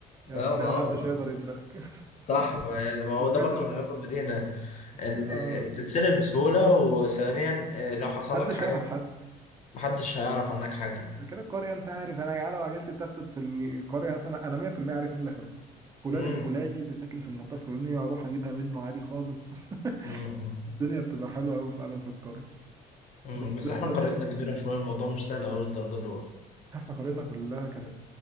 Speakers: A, on the right; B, on the left.
A: هي
B: اه
A: القرية
B: ما
A: محدش
B: هو
A: يقدر يسرقك <laughs>
B: صح ما ما هو
A: ثبتها
B: ده برضو من عيوب المدينة ان
A: آه،
B: تتسرق بسهولة وثانيا آه، لو حصل
A: محدش
B: لك حاجة
A: يعرف حد
B: محدش هيعرف عنك حاجة
A: ده كده القرية انت عارف انا يعني لو عجلت تخطط في القرية مثلا انا 100% عارف مين اللي خدها فلان
B: امم
A: الفلاني اللي ساكن في المنطقة الفلانية هروح اجيبها منه عادي خالص <laughs>
B: امم
A: الدنيا بتبقى حلوة قوي فعلا في القرية
B: امم
A: بس
B: بس احنا
A: انت
B: قريتنا
A: شايف
B: كبيرة شوية الموضوع مش سهل اوي للدرجة دي برضه
A: احنا قريتنا كلها كانت